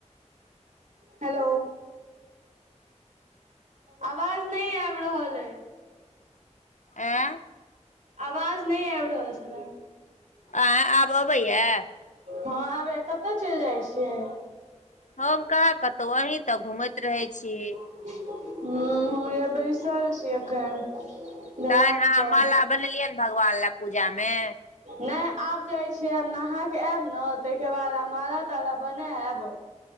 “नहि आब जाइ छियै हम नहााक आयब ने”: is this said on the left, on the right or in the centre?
Right